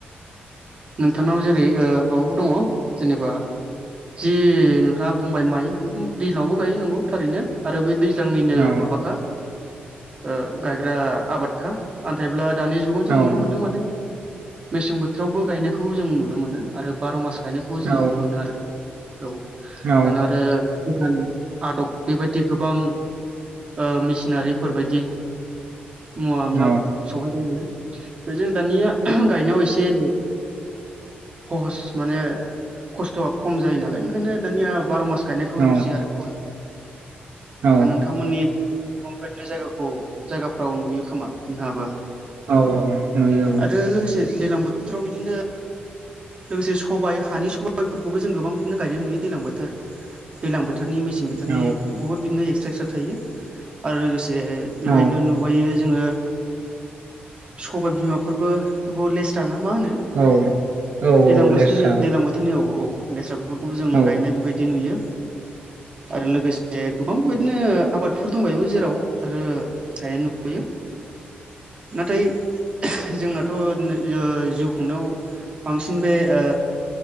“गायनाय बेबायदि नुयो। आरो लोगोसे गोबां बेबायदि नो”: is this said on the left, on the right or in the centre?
Right